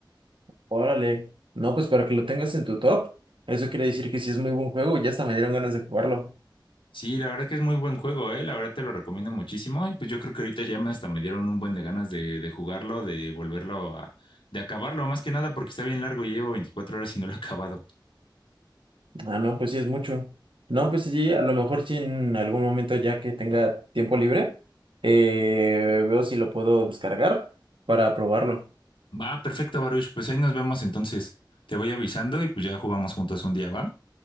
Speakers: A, on the right; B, on the left.
A: Órale, no, pues para que lo tengas en tu top, eso quiere decir que sí es muy buen juego, ya hasta me dieron ganas de jugarlo.
B: Sí, la verdad que es muy buen juego, eh, la verdad te lo recomiendo muchísimo y pues yo creo que ahorita ya me hasta me dieron un buen de ganas de, de jugarlo, de volverlo a, de acabarlo, más que nada porque está bien largo, llevo 24 horas y no lo he acabado.
A: Ah, no, pues sí es mucho. No, pues sí, a lo mejor sí en algún momento ya que tenga tiempo libre, eh, veo si lo puedo descargar para probarlo.
B: Va, perfecto, Baruch, pues ahí nos vemos entonces. Te voy avisando y pues ya jugamos juntos un día, ¿va?